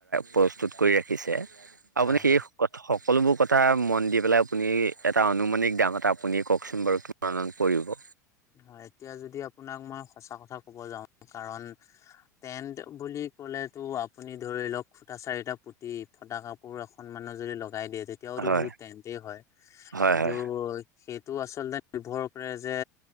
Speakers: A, on the right; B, on the left.
A: প্ৰস্তুত কৰি ৰাখিছে, আপুনি
B: হয়
A: সেই
B: হয়
A: সকলোবোৰ কথা মন দি পেলাই আপুনি, এটা আনুমানিক দাম এটা আপুনি কওকচোন বাৰু? কিমান মান পৰিব?
B: হয়, এতিয়া যদি আপোনাক মই সঁচা কথা কব যাওঁ, কাৰণ টেন্ট বুলি ক'লেটো, আপুনি ধৰি লওক ফুটা চাৰিটা পুতি, ফটা কাপোৰ এখন মানো যদি লগাই দিয়ে, তে তেতিয়াওতো
A: হয়
B: সেইটো টেণ্টেই হয়,
A: হয়
B: কিন্তু
A: হয়
B: সেইটো আচলতে নিৰ্ভৰ কৰে যে